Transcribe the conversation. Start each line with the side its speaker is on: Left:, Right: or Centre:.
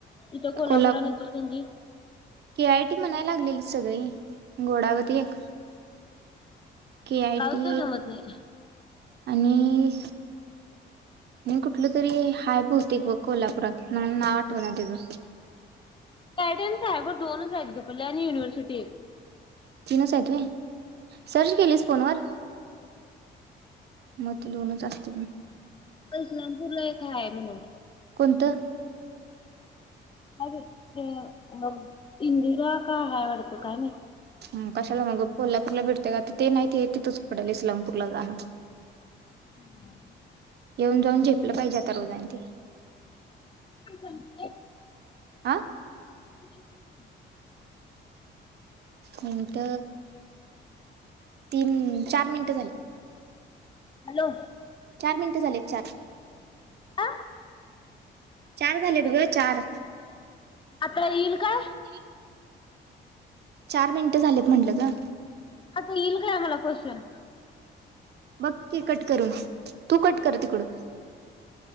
Left: इथे कोल्हापुर
Right: कोल्हा
Left: आणि इचलकरंजी
Right: के आय टी म्हणाय लागलेली सगळी गोडावरत एक के आय
Left: राऊत
Right: टी
Left: काय जमत नाही
Right: आणि म कुठलं तरी हाय बोहतेक बघ कोल्हापुरात मला नाव आठव ना त्याचं.
Left: साइडल साहेबर दोनच आहेत पले आणि युनिव्हर्सिटी.
Right: तिनच आहेित सर्च केलीस फोन वर. मग ते दोनच असते पण.
Left: इस्लामपूर ला एक काय आहे म्हणून.
Right: कोणतं?
Left: अरे ते मग इंदिरा का आहे आवडतो का मी.
Right: हम कशाला मग कोल्हापूरला भेटते का ते नाही ते तिथच पडेल इस्लामपूरला ला जाणं.
Left: <unintelligible>
Right: येऊन जाऊन झेपलं पाहिजे आता रोजनी ते.
Left: <unintelligible>
Right: आ
Left: किती म्हण.
Right: मिनिट तीन चार मिनटं झाली.
Left: हॅलो
Right: चार मिनिटं झालेत चार.
Left: हा
Right: चार झाले ग चार
Left: आता येईल का?
Right: येईल का? चार मिनटं झालेत म्हटलं ग.
Left: आता येईल काय मला क्वेश्चन.
Right: बघकी कट करून तू कट कर तिकड